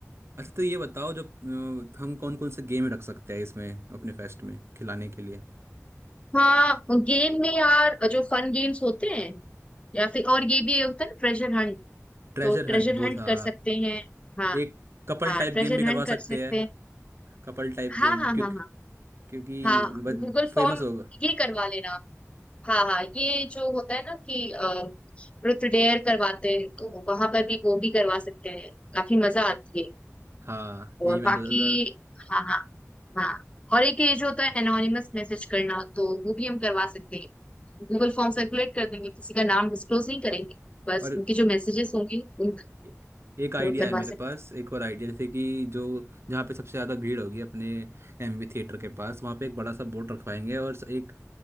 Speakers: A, on the right; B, on the left.
A: अच्छा तो ये बताओ जो अ, हम कौन कौन से गेम रख सकते हैं इसमें अपने फेस्ट में खिलाने के लिए
B: हाँ गेम में यार जो फन गेम्स होते हैं या फिर और ये भी होता है ना ट्रेजर हंट
A: ट्रेजर
B: तो ट्रेजर
A: हंट वो
B: हंट
A: था
B: कर सकते हैं हाँ
A: एक कपल
B: हाँ
A: टाइप
B: ट्रेजर
A: गेम भी करवा
B: हंट कर
A: सकते
B: सकते
A: हैं
B: हैं
A: कपल टाइप
B: हाँ
A: गेम
B: हाँ
A: क्यों
B: हाँ हाँ
A: क्योंकि
B: हाँ गूगल
A: फेमस
B: फॉर्म
A: होगा
B: ये करवा लेना हाँ हाँ ये जो होता है ना कि रुत डेयर करवाते हैं तो वहां पर भी वो भी करवा सकते हैं काफी मजा आती है
A: हाँ यही
B: और
A: मैं
B: बाकी
A: सोचा था
B: हाँ हाँ हाँ और एक ये जो होता है एनोनिमस मैसेज करना तो वो भी हम करवा सकते हैं गूगल फॉर्म सर्कुलेट कर देंगे किसी का नाम डिस्क्लोज नहीं करेंगे बस
A: और
B: उनके जो मैसेजेस होंगे उन
A: ए- एक आइडिया
B: वो करवा
A: है मेरे
B: सकते
A: पास
B: हैं
A: एक और आइडिया जैसे कि जो जहाँ पे सबसे ज़्यादा भीड़ होगी अपने एमवी थिएटर के पास वहाँ पे एक बड़ा सा बोर्ड रखवाएंगे और एक